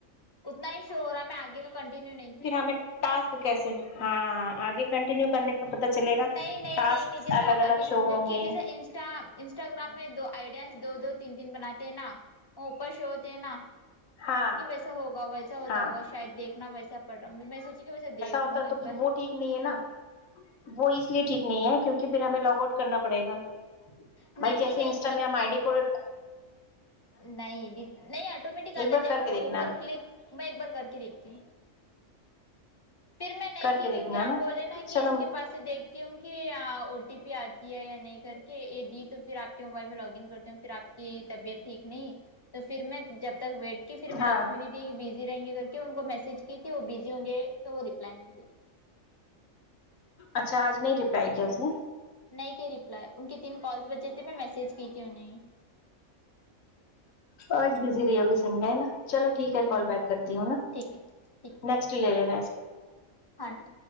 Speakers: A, on the left (about 25°); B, on the left (about 80°).
A: اتنا ہی شور رہا ہے میں آگے کا کنٹینیو نہیں کیا
B: ہم ٹاسک کیسے ہاں آگے کنٹینیو کرنے پی تو پت چلے گا
A: نہیں نہیں
B: ٹاسک
A: نہیں نہیں جیسے
B: الگ الگ
A: ابھی سمجھو
B: شو ہوں
A: کہ
B: گے
A: جیسے انسٹا انسٹاگرام میں دو آئیڈیاز دو دو تین تین بناتے ہیں نا وہ اوپر شو ہوتے ہیں نا
B: ہاں
A: کہ ویسا ہوا ویسا ہوتا
B: ہاں
A: ہوا شاید دیکھنا ویسا پڑ رہا میں سوچی کہ ویسا دیکھ
B: ہوتا
A: لوں ایک
B: تو
A: بار
B: وہ ٹھیک نہیں ہے نا وہ اس لیے ٹھیک نہیں ہے کیونکہ پھر ہمیں لاگ آؤٹ کرنا پڑے گا
A: نہیں
B: بھائی جیسے
A: نہیں
B: انسٹاگرام آئی ڈی کوڈ
A: نہیںی نہیں آٹومیٹک
B: ایک
A: آتا
B: بار
A: جب
B: کر
A: ہم
B: کے دیکھنا
A: اوپر کلک میں ایک بار کر کے دیکھتی ہوں پھر میں نہیں
B: کر
A: کی
B: کے دیکھنا
A: کیونکہ
B: ہے
A: آپ بولے نا کہ
B: چلو
A: اس کے پاس سے دیکھتی ہوں کہ او ٹی پی آتی ہے یا نہیں کر کے یہے دی تو پھر آپ کے موبائل میں لاگ ان کرتی ہوں پھر آپ کی طبیعت ٹھیک نہیں تو پھر میں جب تک ویٹ کہ پھر میں
B: ہاں
A: لکشمی دیدی بزی رہیں گی تو کیوں ان کو میسج کی تھی وہ بزی ہوں گے تو وہ رپلائی نہیں کی
B: اچھا آج نہیں ریپلائی کیا اس نے
A: نہیں کہ رپلائی ان کے تین کالس بچے تھے میں میسج کی تھی انہیں
B: آج بزی رہی ہوگی سنڈے ہے نا چلو ٹھیک ہے
A: ہوں
B: کال بیک کرتی ہوں نا
A: ٹھیک ہے ٹھیک ہے
B: نیکسٹ لے لے نٹ
A: ہاں جی